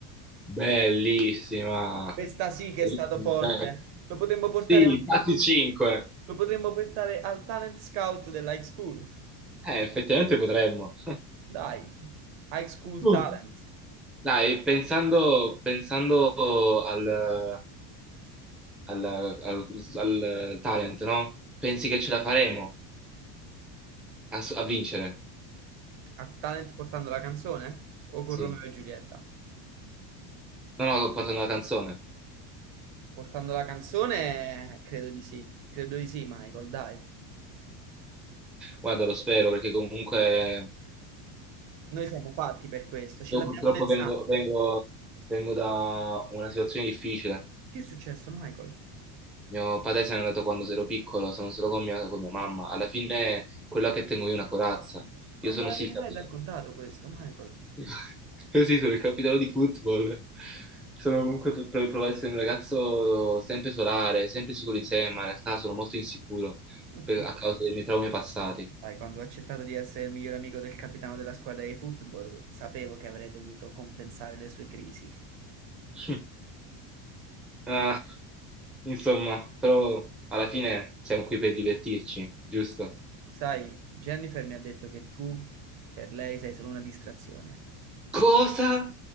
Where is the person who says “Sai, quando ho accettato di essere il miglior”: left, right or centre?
Right